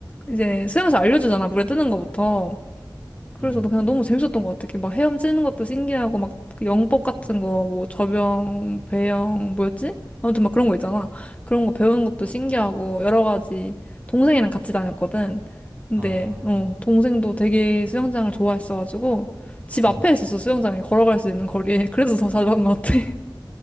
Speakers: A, on the left (about 20°); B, on the right (about 25°).
A: 이제 수영에서 알려주잖아, 물에 뜨는 거부터. 그래서
B: 음,
A: 나 그냥 너무 재밌었던 것 같아. 이렇게 막 헤엄치는 것도 신기하고, 막그 영법 같은 거, 뭐 접영, 배영, 뭐였지? 아무튼 막 그런 거 있잖아. 그런 거 배우는 것도 신기하고, 여러 가지. 동생이랑 같이 다녔거든. 근데,
B: 아,
A: 어, 동생도 되게 수영장을 좋아했어가지고, 집 앞에
B: 음.
A: 있었어, 수영장이. 걸어갈 수 있는 거리에. <laughs> 그래서 더 자주 간 것 같아.